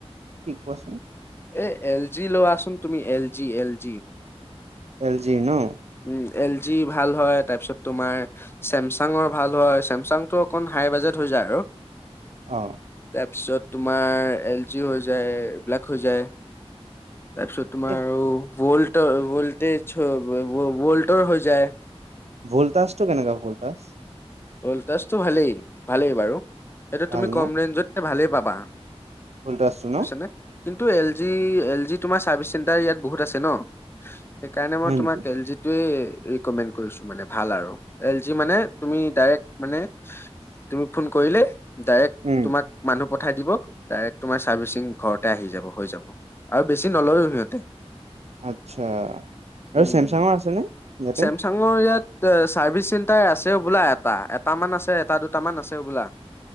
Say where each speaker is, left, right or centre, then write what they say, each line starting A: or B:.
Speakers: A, on the right; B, on the left.
A: কি কোৱাচোন।
B: এই এল জি লোৱাচোন তুমি L G L G.
A: L G ন'?
B: উম, এল জি ভাল হয়, তাৰপিছত তোমাৰ চেমচাঙৰ ভাল হয়, চেমচাংটো অকণ হাই বাজেট হৈ যায় আৰু।
A: অ'।
B: তাৰপিছত তোমাৰ এল জি হৈ যায় এইবিলাক হৈ যায়, তাৰপিছত তোমাৰ
A: এই
B: ভল্ট ভল্টেজ ভল্টৰ হৈ যায়।
A: ভলটাছ টো কেনেকা ভলটাছ
B: ভলটাছটো ভালেই ভালেই বাৰু এইটো
A: ভাল
B: তুমি কম
A: ন
B: ৰেঞ্জতে ভালেই পাবা
A: ভল্টাজটো ন
B: বুইছানে কিন্তু এল জি এল জি তোমাৰ চাৰ্ভিচ চেণ্টাৰ ইয়াত বহুত আছে ন সেইকাৰণে মই
A: হয়
B: তোমাক
A: নেকি
B: এল জিটোৱে ৰিকমেণ্ড কৰিছো মানে ভাল আৰু এল জি মানে তুমি ডাইৰেক্ট মানে তুমি ফোন কৰিলে ডাইৰেক্ট
A: উম
B: তোমাক মানুহ পঠাই দিব ডাইৰেক্ট তোমাৰ চাৰ্ভিচিং ঘৰতে আহি যাব হৈ যাব আৰু বেছি নলয়ও সিহতে
A: আচ্ছা আৰু
B: উম
A: চেমচাঙৰ আছেনে ইয়াতে
B: চেম চাঙৰ ইয়াত চাৰ্ভিচ চেণ্টাৰ আছে হবলা এত টা এটা মান আছে এটা দুটামান আছে হ'বলা